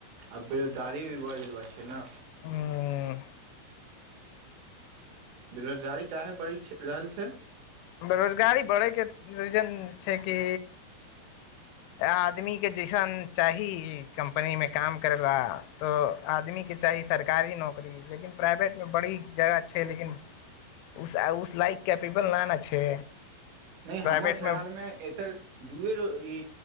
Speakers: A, on the right (about 75°); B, on the left (about 85°).
A: आ बेरोजगारी भी बढ़ गेल बात छै ने
B: ह
A: बेरोजगारी तऽ इएह बड़ी रहल छै
B: बेरोजगारी बढ़यके रीजन छै कि आदमीके जैसन चाही कम्पनीमे काम करय ल तऽ आदमीके चाही सरकारी नौकरी लेकिन प्राइवेटमे बड़ी जगह छै लेकिन उस उस लाइक कैपेबल नहि ने छै
A: नहि
B: प्राइवेटमे
A: हमर खयालमे एतर दूए ई